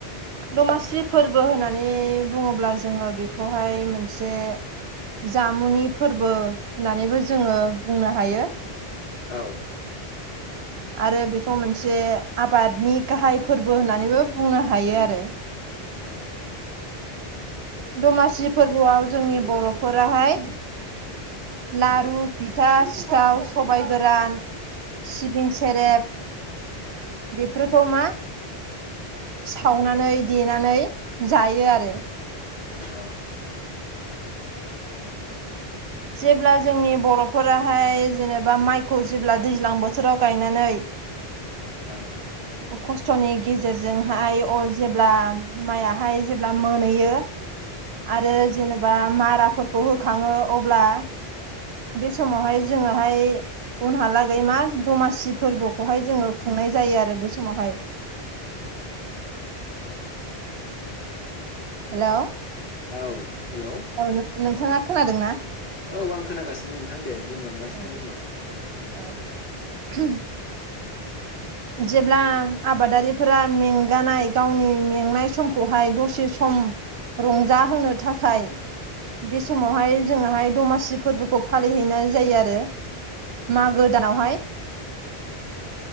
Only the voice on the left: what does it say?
औ
औ
औ
औ
औ
औ हेल'
औ आं खोनागासिनो नोंथां दे बुंलांगासिनो
बुंलां